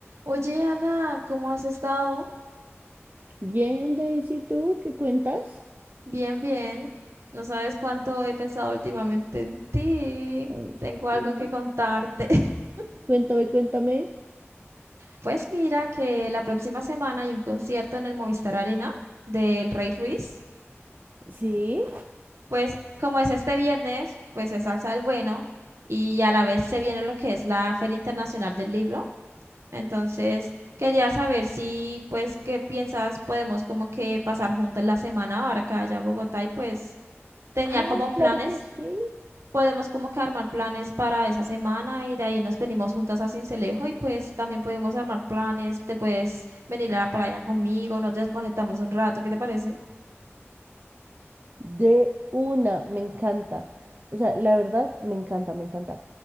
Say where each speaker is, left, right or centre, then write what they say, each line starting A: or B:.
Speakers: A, on the right; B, on the right.
A: Oye, Ana, ¿cómo has estado?
B: Bien, Daisy, ¿tú qué cuentas?
A: Bien, bien. No sabes cuánto he pensado últimamente en ti.
B: Ay,
A: Tengo algo
B: sí.
A: que contarte. <laughs>
B: Cuéntame, cuéntame.
A: Pues mira que la próxima semana hay un concierto en el Movistar Arena del Rey Ruiz.
B: ¿Sí?
A: Pues como es este viernes, pues es Salsa del Bueno y a la vez se viene lo que es la Feria Internacional del Libro. Entonces quería saber si, pues, ¿qué piensas? Podemos como que pasar juntas la semana ahora que vaya a Bogotá y pues tenía como
B: Ay,
A: planes,
B: claro que sí.
A: podemos como que armar planes para esa semana y de ahí nos venimos juntas a Sincelejo y pues también podemos armar planes, te puedes venir a la playa conmigo, nos desconectamos un rato, ¿qué te parece?
B: De una, me encanta. O sea, la verdad, me encanta, me encanta.